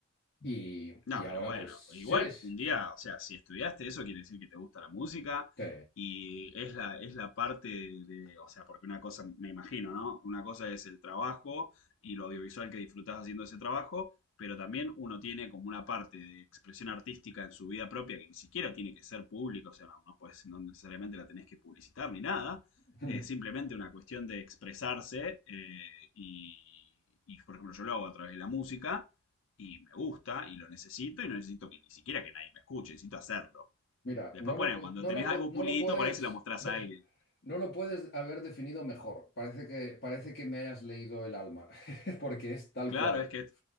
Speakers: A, on the left; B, on the left.
A: y,
B: No,
A: y ahora
B: pero bueno,
A: pues sí
B: igual
A: es...
B: un día, o sea, si estudiaste eso, quiere decir que te gusta la música
A: sí.
B: y es la, es la parte de, o sea, porque una cosa, me imagino, ¿no? Una cosa es el trabajo y lo audiovisual que disfrutás haciendo ese trabajo, pero también uno tiene como una parte de expresión artística en su vida propia que ni siquiera tiene que ser pública, o sea, no, no, podés- no necesariamente la tenés que publicitar ni nada,
A: <laughs>
B: es simplemente una cuestión de expresarse eh, y, y, por ejemplo, yo lo hago a través de la música y me gusta y lo necesito y no necesito que ni siquiera que nadie me escuche, necesito hacerlo.
A: Mira,
B: Después,
A: no
B: ponen,
A: lo, pu-
B: cuando
A: no
B: tenés
A: lo,
B: algo
A: pu- no
B: pulito,
A: lo puedes,
B: por ahí se lo mostrás
A: <laughs>
B: a alguien.
A: no lo puedes haber definido mejor. Parece que, parece que me hayas leído el alma, <laughs> porque es tal
B: Claro,
A: cual,
B: es que... es-